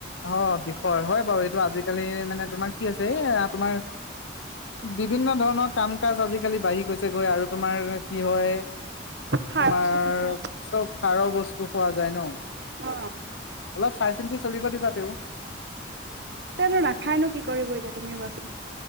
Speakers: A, on the left (about 80°); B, on the right (about 60°).
A: অ বিষয় হয় বাৰু এইটো আজিকালি মানে তোমাৰ কি আ হৈছে এই তোমাৰ বিভিন্ন ধৰণৰ কাম কাজ আজিকালি বাঢ়ি গৈছে গৈ আৰু তোমাৰ কি হয়
B: সাৰ
A: তোমাৰ
B: বস্তু খাইছে
A: চব সাৰৰ বস্তু পোৱা যায় ন
B: অ
A: অলপ চাই চিন্তি চলিব দিবা তেওঁ
B: তনো নাখায়নো কি কৰিব এতিয়া তুমি কোৱাচোন